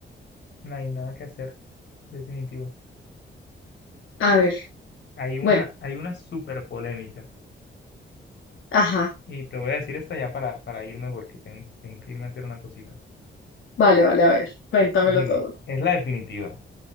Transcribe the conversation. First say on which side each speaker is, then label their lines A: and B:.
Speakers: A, on the left; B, on the left.
A: no hay nada que hacer, definitivo.
B: A ver,
A: Hay una,
B: bueno,
A: hay una súper polémica.
B: ajá,
A: Y te voy a decir esta ya para, para irme porque tengo, tengo que irme a hacer una cosita.
B: vale, vale, a ver, cuéntamelo
A: Dime,
B: todo.
A: es la definitiva.